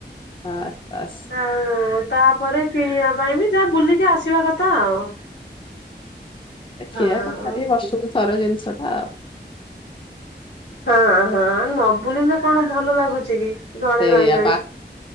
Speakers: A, on the left; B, on the left.
A: <unintelligible>
B: ଆଉ ତାପରେ କିଣିବା ପାଇଁ ବି ଯାହା ବୁଲିକି ଆସିବା କଥା ଆଉ।
A: ଦେଖିଆ
B: ହଁ
A: କଥାରେ ବର୍ଷକୁଥର ଜିନିଷ ଟା ଆଉ।
B: ହଁ ହଁ ନ ବୁଲିଲେ କଣ ଭଲ ଲାଗୁଛି କି? ଘରେ
A: ସେଇଆ
B: ରହି ରହି
A: ପା